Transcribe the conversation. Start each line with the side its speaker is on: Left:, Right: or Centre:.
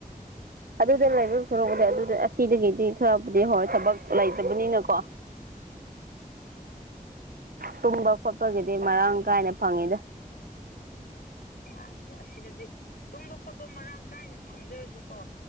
Right: ꯑꯗꯨꯗ ꯂꯩꯕ ꯁꯣꯔꯛꯄꯗꯤ ꯑꯗꯨꯗ ꯑꯁꯤꯗꯒꯤꯗꯤ ꯈꯔꯕꯨꯗꯤ ꯍꯣꯏ ꯊꯕꯛ ꯂꯩꯇꯕꯅꯤꯅꯀꯣ
Left: ꯎꯝ
Right: ꯇꯨꯝꯕ ꯈꯣꯠꯄꯒꯤꯗꯤ ꯃꯔꯥꯡ ꯀꯥꯏꯅ ꯐꯪꯉꯤꯗ
Left: ꯑꯗꯤ ꯑꯁꯤꯗꯗꯤ ꯇꯨꯝꯕ ꯈꯣꯠꯄ ꯃꯔꯥꯡ ꯀꯥꯏꯅ ꯐꯪꯖꯔꯁꯨ ꯑꯣ